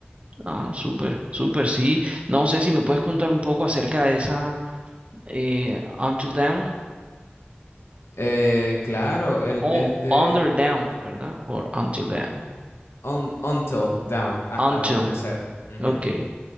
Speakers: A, on the right (about 30°); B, on the left (about 80°).
A: Ah, súper, súper, sí. No sé si me puedes contar un poco acerca de esa eh, Until Dawn.
B: Eh, claro, el,
A: O
B: el de
A: Under Down, ¿verdad? O Until Down.
B: un, Until Down, hasta
A: Until.
B: el amanecer. Ujú.
A: Ok.